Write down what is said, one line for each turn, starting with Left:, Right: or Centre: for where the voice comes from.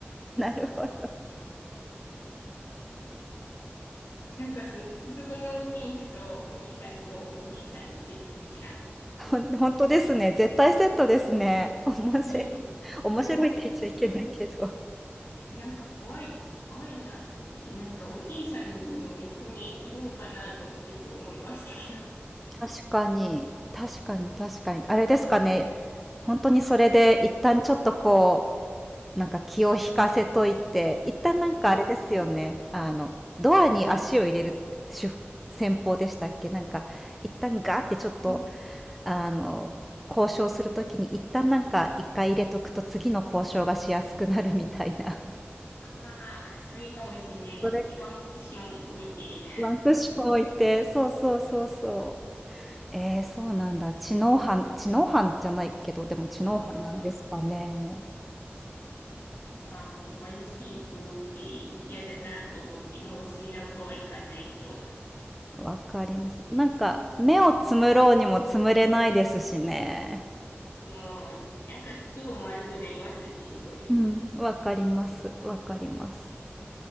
Centre: なるほど。
Left: なんかその、族の運転手とお兄さんとおじいさんのセットみたいな。
Centre: ほん、本当ですね。絶対セットですね。面白い。
Left: ねえ。
Centre: 面白いって言っちゃいけないけど。
Left: でも本当に、なんか怖い、怖いなと思って、なんかおじいさんの役目いるんかなともちょっと思いましたけど。
Centre: 確かに。確かに、確かに。あれですかね。本当にそれで一旦ちょっとこう、なんか気を引かせといて、一旦なんかあれですよね。
Left: う
Centre: あの、ドアに足を入れる手戦法でしたっけなんか、一旦ガーってちょっと、
Left: ん。
Centre: あの、交渉するときに一旦なんか一回入れとくと次の交渉がしやすくなるみたいな。
Left: ああ、それかもしれないですね。
Centre: それ、
Left: ワンクッション置いて。
Centre: ワンクッション置いて、そうそうそうそう。えー、そうなんだ。知能犯、知能犯じゃないけど、でも知能犯なんですかね。
Left: うん。なんかもう貧しい国って嫌だなと思って、もうスリランカは行かないって思う。
Centre: わかります。なんか、目をつむろうにもつむれないですしね。
Left: うん。なんか気分悪くなりますよね、すごい。
Centre: うん、わかりますわかります。
Left: う